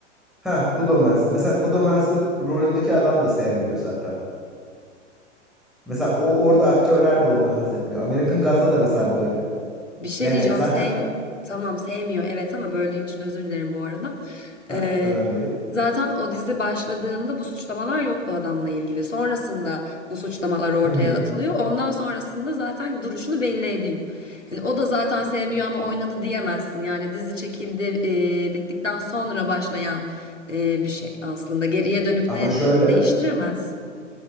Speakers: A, in the centre; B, on the left.
A: Ha, Good Omens. Mesela Good Omens'in rolündeki adam da sevmiyor zaten. Mesela o orada aktörler de ondan haz etmiyor. American Gods'da da mesela böyle.
B: Bir şey
A: Yani
B: diyeceğim.
A: zaten
B: Sev tamam sevmiyor evet ama böldüğüm için özür dilerim bu arada.
A: ha
B: Ee,
A: önemli değil.
B: zaten o dizi başladığında bu suçlamalar yoktu adamla ilgili. Sonrasında bu suçlamalar ortaya
A: Hı hı.
B: atılıyor. Ondan sonrasında zaten duruşunu belli ediyor. Hani o da zaten sevmiyor ama oynadı diyemezsin. Yani dizi çekildi e, bittikten sonra başlayan e, bir şey aslında. Geriye dönüp
A: Ama
B: de
A: şöyle
B: değiştiremez.